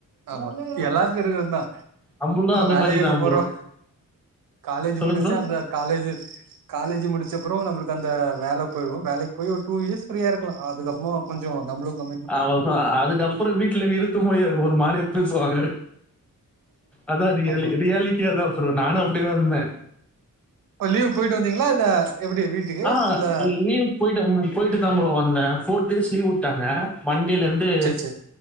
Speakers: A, on the right; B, in the centre.
A: ஆமா எல்லாருக்கு இருக்கர்து தா
B: நம்மளும் அந்த
A: வேலையில்ல
B: மாதிரி தான்
A: போறோ
B: ப்ரோ
A: காலேஜ்
B: சொல்லுங்க
A: முடிச்ச
B: ப்ரோ
A: அந்த காலேஜு காலேஜ் முடிச்ச அப்றோ நம்ளுக்கு அந்த வேல போயிடுவோ வேலைக்கு போய் ஒரு டூ யேர்ஸ் ஃப்ரீயா இருக்கலா அதுக்கப்மா கொஞ்சோ நம்ளு கொ
B: அவ்ளதா அதுக்கப்றோ வீட்ல இருக்க முடியாது ஒரு மாதிரியா பேசுவாங்க அதா ரியாலி
A: ஆமா
B: ரியாலிட்டியாதா ப்ரோ நானு அப்டிதா இருந்த
A: இப்ப லீவ் போயிட்டு வந்தீங்ளா இல்ல எப்டி வீட்டுக்கு
B: ஆ
A: இல்ல
B: லீவ் போயிட்டு போயிட்டுதா ப்ரோ வந்த ஃபோர் டேஸ் லீவ் வுட்டாங்க மண்டேலந்து
A: சேரி சேரி